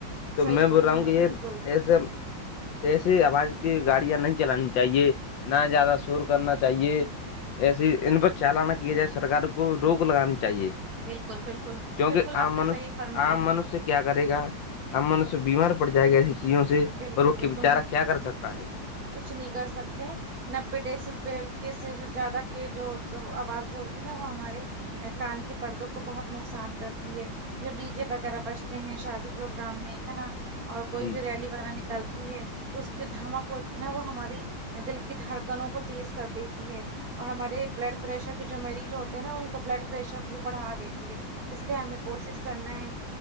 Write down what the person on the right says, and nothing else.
صحیح
رہے
ہیں
آپ
بالکل
بالکل بالکل
بالکل آپ نے
صحیح فرمایا
ہے
بالکل
بالکل
کچھ نہیں کر سکتے نبے ڈیسل سے زیادہ کے جو آوازیں ہوتی نا وہ ہمارے کان کے پردوں کو بہت نقصان کرتی ہے جو ڈی جے وغیرہ بجتے ہیں شادی پروگرام میں ہے نا اور کوئی
بھی ریلی وغیرہ نکلتی ہے تو اس کی جو دھمک ہوتی ہے نا وہ ہماری دل کی دھڑکنوں کو تیز کر دیتی ہے اور ہمارے
بلڈ پریشر جو مریض ہوتے ہیں نا ان کا بلڈ پریشر کو بھی بڑھا دیتی ہے اس لیے ہمیں کوشش کرنا ہے کہ